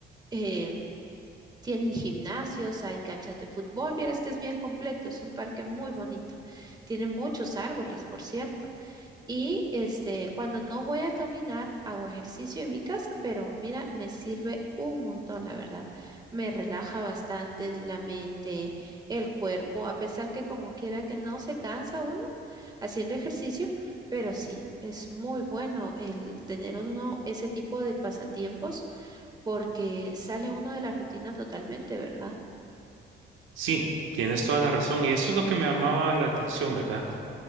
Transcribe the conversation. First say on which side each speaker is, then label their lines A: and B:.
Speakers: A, on the right; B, on the right.
A: eh, tienen gimnasios, hay canchas de fútbol, vieras que es bien completo, es un parque muy bonito. Tiene muchos árboles, por cierto. Y este, cuando no voy a caminar, hago ejercicio en mi casa, pero mira, me sirve un montón, la verdad. Me relaja bastante la mente, el cuerpo, a pesar que como quiera que no se cansa uno haciendo ejercicio, pero sí, es muy bueno el tener uno ese tipo de pasatiempos porque sale uno de la rutina totalmente, ¿verdad?
B: sí, tienes toda la razón y eso es lo que me llamaba la atención, ¿verdad?